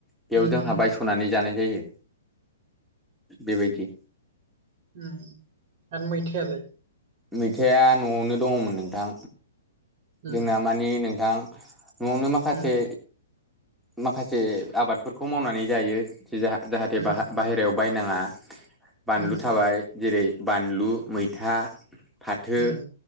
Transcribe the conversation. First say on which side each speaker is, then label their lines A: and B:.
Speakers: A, in the centre; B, on the right.
A: बेयाव
B: उम
A: जोंहा
B: उम
A: बायस'नानै जानाय जायो बेबायदि
B: उम आरो मैथायालाय
A: मैथाया न'आवनो दङमोन नोंथां
B: उम
A: जोंना मानि नोंथां न'आवनो माखासे
B: उम
A: माखासे आबादफोरखौ मावनानै जायो जाहाथे
B: उम
A: बाहेरायाव बायनाङा बानलु
B: उम
A: थाबाय जेरै बानलु मैथा फाथो
B: उम